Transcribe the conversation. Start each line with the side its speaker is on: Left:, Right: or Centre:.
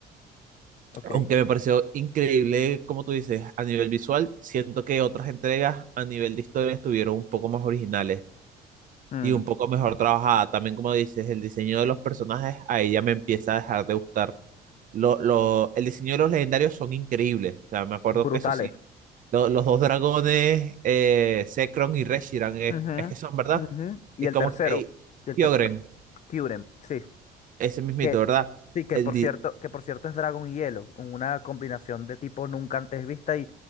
Left: Ok.
Right: aunque me pareció increíble, como tú dices, a nivel visual, siento que otras entregas a nivel de historia estuvieron un poco más originales.
Left: Mm,
Right: y un poco mejor trabajada. También, como dices, el diseño de los personajes, ahí ya me empieza a dejar de gustar. Lo, lo- el diseño de los legendarios son increíbles. O sea, me acuerdo
Left: brutales.
Right: que eso sí, lo- los dos dragones, eh, Zekrom y Reshiram, eh,
Left: Ujú,
Right: es que son, ¿verdad?
Left: ujú. Y
Right: Y
Left: el
Right: como,
Left: tercero.
Right: ey,
Left: Y el
Right: Kyogre,
Left: tercero, Kyurem, sí.
Right: ese mismito,
Left: Que,
Right: ¿verdad?
Left: sí, que
Right: El
Left: por
Right: di-
Left: cierto, que por cierto es Dragon y Hielo. Una combinación de tipos nunca antes vista y